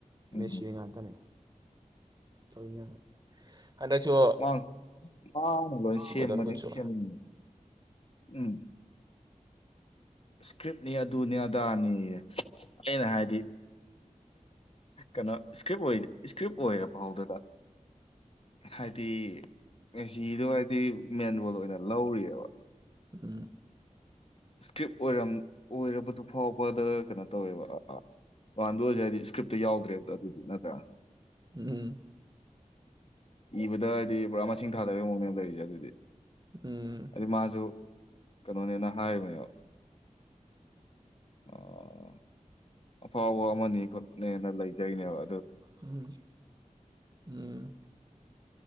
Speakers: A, on the left; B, on the right.
A: ꯎꯝ
B: ꯃꯦꯠꯁꯤꯗ ꯉꯥꯛꯇꯅꯦ ꯇꯉꯅ ꯍꯟꯗꯛ ꯁꯨ
A: ꯃꯥꯡꯅ ꯂꯣꯏ ꯁꯦꯝꯕꯅꯤ
B: ꯒꯣꯜꯗꯟ ꯕꯨꯠꯁꯨ
A: ꯁꯦꯝꯃꯅꯤ ꯎꯝ ꯏꯁꯀ꯭ꯔꯤꯞꯅꯤ ꯑꯗꯨꯅꯤ ꯑꯗꯥꯅꯤ ꯑꯩꯅ ꯍꯥꯏꯗꯤ ꯀꯩꯅꯣ ꯏꯁꯀ꯭ꯔꯤꯞ ꯑꯣꯏ ꯏꯁꯀ꯭ꯔꯤꯞ ꯑꯣꯏꯔ ꯐꯥꯎꯗꯨꯗ ꯍꯥꯏꯗꯤ ꯉꯁꯤꯗꯣ ꯍꯥꯏꯗꯤ ꯃꯦꯟ ꯔꯣꯜ ꯑꯣꯏꯅ ꯂꯧꯔꯤꯑꯕ
B: ꯑ
A: ꯏꯁꯀ꯭ꯔꯤꯞ ꯑꯣꯏꯔꯝ ꯑꯣꯏꯔꯕꯗꯨ ꯐꯥꯎꯕꯗ ꯀꯩꯅꯣ ꯇꯧꯋꯦꯕ ꯋꯥꯥꯟꯗꯣꯔꯁꯦ ꯍꯥꯏꯗꯤ ꯏꯁꯀ꯭ꯞꯇ ꯌꯥꯎꯗ꯭ꯔꯦꯕꯗ ꯑꯗꯨꯗꯤ ꯅꯠꯇ꯭ꯔꯥ
B: ꯎꯝ
A: ꯏꯕꯗ ꯍꯥꯏꯗꯤ ꯄꯨꯔꯥ ꯃꯁꯤꯡ ꯊꯥꯗꯕꯒꯤ ꯃꯑꯣꯡꯅꯦ ꯂꯩꯔꯤꯁꯦ ꯑꯗꯨꯗꯤ
B: ꯎꯝ
A: ꯑꯩ ꯃꯥꯁꯨ ꯀꯩꯅꯣꯅꯦꯅ ꯍꯥꯏꯔꯤꯕꯅꯦꯕ ꯑꯥ ꯑꯐꯥꯎꯕ ꯑꯃꯅꯤ ꯈꯣꯠꯅꯦꯅ ꯂꯩꯖꯩꯅꯦꯕ
B: ꯎꯝ ꯎꯝ